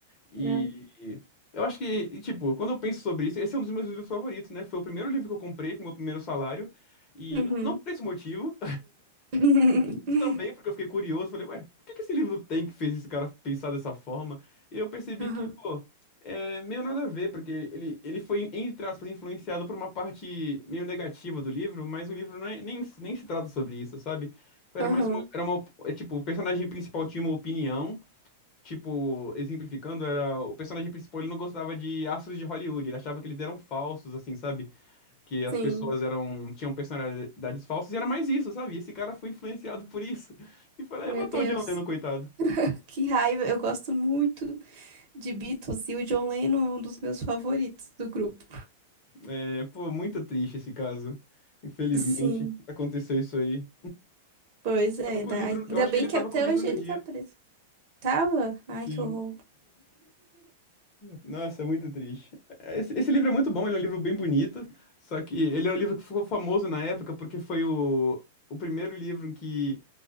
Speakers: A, on the left; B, on the right.
A: E
B: né?
A: eu acho que, e, tipo, quando eu penso sobre isso, esse é um dos meus livros favoritos, né? Foi o primeiro livro que eu comprei com o meu primeiro salário. E
B: Uhum.
A: não, não por esse motivo,
B: <laughs>
A: Mas também, porque eu fiquei curioso, falei, ué, por que que esse livro tem que fez esse cara pensar dessa forma? E eu percebi
B: Aham,
A: que, pô, é meio nada a ver, porque ele, ele foi, entre aspas, influenciado por uma parte meio negativa do livro, mas o livro não é- nem, nem se trata sobre isso, sabe? Era
B: aham,
A: mais uma, era uma, é, tipo, o personagem principal tinha uma opinião, tipo, exemplificando, era, o personagem principal, ele não gostava de astros de Hollywood, ele achava que eles eram falsos, assim, sabe? que as
B: Sim.
A: pessoas eram tinham personalidades falsas e era mais isso, sabe? Esse cara foi influenciado por isso e foi lá
B: Meu
A: e matou
B: Deus.
A: o John Lennon, coitado.
B: Que raiva, eu gosto muito de Beatles e o John Lennon é um dos meus favoritos do grupo.
A: É, pô, muito triste esse caso. Infelizmente,
B: Sim,
A: aconteceu isso aí.
B: pois é.
A: Tava com
B: da-
A: o livro,
B: Ainda
A: eu acho
B: bem
A: que ele
B: que
A: tava
B: até
A: com o livro
B: hoje
A: no
B: ele
A: dia.
B: tá preso. Tava? Ai,
A: Sim.
B: que horror.
A: Nossa, é muito triste. Esse, esse livro é muito bom, ele é um livro bem bonito, só que ele é um livro que ficou famoso na época porque foi o, o primeiro livro que